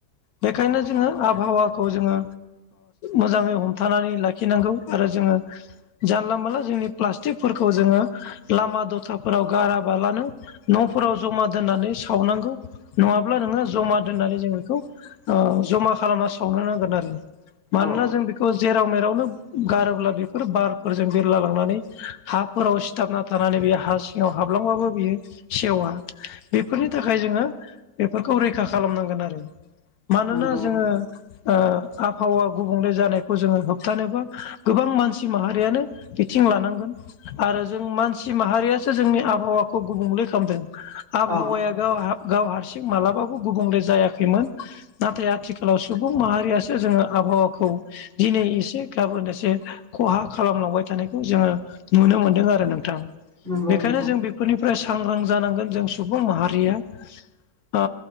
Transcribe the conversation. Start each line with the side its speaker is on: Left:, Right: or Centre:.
Left: बेखायनो जोङो आबहावाखौ जोङो मोजाङै हमथानानै लाखिनांगौ। आरो जोङो जानला मोनला जोंनि प्लास्टिकफोरखौ जोङो लामा दथाफोराव गाराबालानो न'फोराव जमा दोननानै सावनांगौ। नङाब्ला नोङो जमा दोननानै जों बेखौ जमा खालामना सावनो नांगोन आरो। मानोना
Centre: औ
Left: जों बेखौ जेराव मेरावनो गारोब्ला बेफोर बारफोरजों बिरला लांनानै हाफोराव सिथाबना थानानै बे हा सिङाव हाबलांबाबो बियो सेवा बेफोरनि थाखाय जोङो बेफोरखौ रैखा खालामनांगोन आरो मानोना
Centre: नंगौ
Left: जोङो ओ आबहावा गुबुंले जानायखौ जोङो होबथानोबा गोबां मानसि माहारियानो बिथिं लानांगोन। आरो जों मानसि माहारियासो जोंनि आबहावाखौ गुबुंले खालामदों आबहावाया
Centre: औ
Left: गाव गाव हारसिं मालाबाबो गुबुंले जायाखैमोन। नाथाय आथिखालाव सुबुं माहारियासो जोङो आबहावाखौ दिनै एसे गाबोन एसे खहा खालामलांबाय थानायखौ जोङो नुनो मोनदों आरो नोंथां।
Centre: नंगौ
Left: बेखायनो
Centre: नंगौ
Left: जों बेफोरनिफ्राय सांग्रां जानांगोन जों सुबुं माहारिया ओ